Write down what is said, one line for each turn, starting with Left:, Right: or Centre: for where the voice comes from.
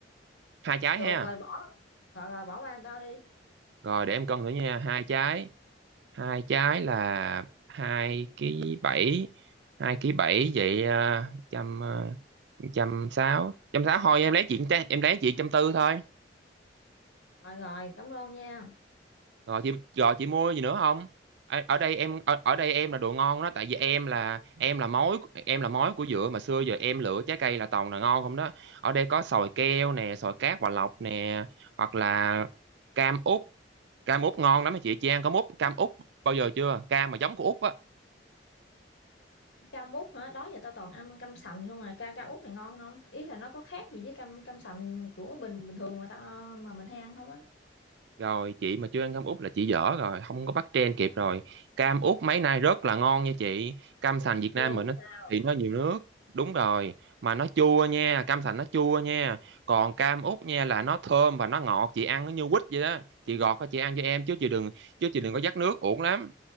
Right: hai trái
Left: được
Right: ha
Left: rồi bỏ rồi rồi bỏ qua tao đi
Right: rồi để em cân thử nha hai trái hai trái là hai ký bảy hai ký bảy vậy ờ, trăm ờ, trăm sáu trăm sáu thôi em lấy chuyện em lấy chuyện trăm tư thôi
Left: Rồi rồi, cảm ơn nha.
Right: rồi chị rồi chị mua gì nữa không ở, ở đây em ở, ở đây em là đồ ngon đó tại vì em là em là mối em là mối của dừa mà xưa giờ em lựa trái cây là toàn là ngon không đó ở đây có sòi keo nè sòi cát hòa lộc nè hoặc là cam út cam út ngon lắm á chị chị ăn cam út cam út bao giờ chưa cam mà giống của út á
Left: Cam út hả? Đó giờ tao toàn ăn cam sành không mà ca cam út này ngon không? Ý là nó có khác gì với cam cam sành của bình bình thường mà tao mà mình hay ăn không á?
Right: Rồi chị mà chưa ăn cam út là chị dở rồi, không có bắt trend kịp rồi. Cam út mấy nay rất là ngon nha chị. Cam sành Việt
Left: Ghê
Right: Nam mình
Left: vậy
Right: nó
Left: sao?
Right: thì nó nhiều nước. Đúng rồi, mà nó chua nha, cam sành nó chua nha. Còn cam út nha là nó thơm và nó ngọt, chị ăn nó như quýt vậy đó. Chị gọt ra chị ăn cho em chứ chị đừng chứ chị đừng có dắt nước uổng lắm.